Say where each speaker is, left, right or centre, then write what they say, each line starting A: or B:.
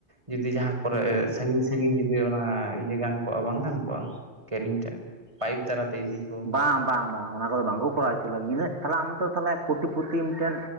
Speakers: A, on the right (about 30°); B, on the right (about 85°).
A: ᱡᱩᱫᱤ ᱡᱟᱦᱟᱸ ᱠᱚᱨᱮ ᱥᱟᱺᱜᱤᱧ ᱥᱟᱺᱜᱤᱧ ᱡᱩᱫᱤ ᱚᱱᱟ ᱤᱭᱟᱹ ᱜᱟᱱ ᱠᱚᱜᱼᱟ ᱵᱟᱝ ᱜᱟᱱ ᱠᱚᱜ-ᱟ? ᱠᱮᱨᱤᱝ ᱴᱟᱜ ᱯᱟᱭᱤᱯ ᱫᱟᱨᱟᱛᱮ ᱤᱫᱤ ᱠᱚ?
B: ᱵᱟᱝ ᱵᱟᱝ ᱵᱟᱝ ᱚᱱᱟ ᱠᱚᱫᱚ ᱵᱟᱝᱠᱚ ᱠᱚᱨᱟᱣ ᱚᱪᱚ ᱞᱟᱹᱜᱤᱫ ᱤᱱᱟᱹᱜ ᱛᱟᱦᱞᱮ ᱟᱢ ᱛᱚ ᱛᱟᱦᱚᱞᱮ ᱠᱳᱴᱤ ᱯᱨᱚᱛᱤ ᱢᱤᱫᱴᱮᱱ